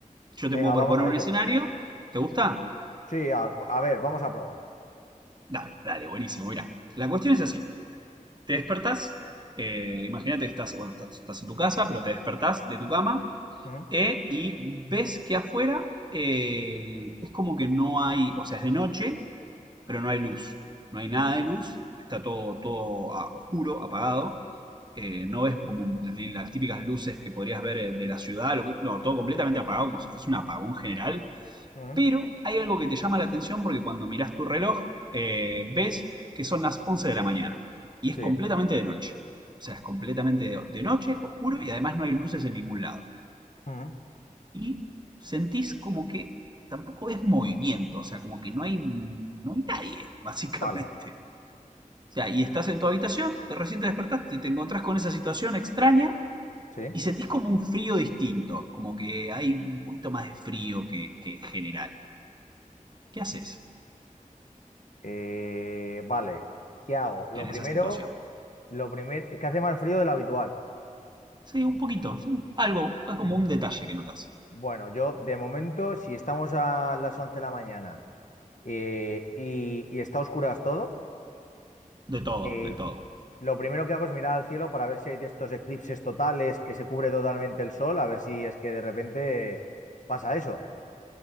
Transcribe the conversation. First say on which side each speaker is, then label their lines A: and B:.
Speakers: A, on the right; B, on the left.
A: yo
B: Venga,
A: te puedo
B: vamos
A: proponer
B: a
A: un
B: ello.
A: escenario. ¿Te gusta?
B: Sí, a, a ver, vamos a probar.
A: Dale, dale, buenísimo. Mira, la cuestión es así. Te despertás, eh, imagínate que estás, bueno, estás, estás en tu casa, pero te despertás de tu cama
B: Ujú,
A: eh, y ves que afuera eh, es como que no hay, o sea, es de noche, pero no hay luz. No hay nada de luz, está todo, todo a- oscuro, apagado. Eh, no ves como las típicas luces que podrías ver eh, de la ciudad, lo que- no, todo completamente apagado, como si fuese un apagón general.
B: ujú,
A: Pero hay algo que te llama la atención porque cuando mirás tu reloj, eh, ves que son las 11 de la mañana y es
B: Sí.
A: completamente de noche. O sea, es completamente de, de noche, oscuro y además no hay luces en ningún lado.
B: ujú,
A: Y sentís como que tampoco es movimiento, o sea, como que no hay, no hay nadie, <laughs> básicamente.
B: Vale.
A: O sea, y estás en tu habitación, te recién te despertaste, te encontrás con esa situación extraña
B: Sí.
A: y sentís como un frío distinto, como que hay un poquito más de frío que, que en general. ¿Qué haces
B: Eh, vale. ¿Qué hago? Lo
A: en
B: primero,
A: esa situación?
B: lo primero, ¿qué hace más frío de lo habitual?
A: Sí, un poquito. Algo, es como un detalle que notas.
B: Bueno, yo de momento, si estamos a las 11 de la mañana eh, y, y está a oscuras todo,
A: De todo,
B: eh,
A: del todo.
B: lo primero que hago es mirar al cielo para ver si hay de estos eclipses totales que se cubre totalmente el sol, a ver si es que de repente pasa eso.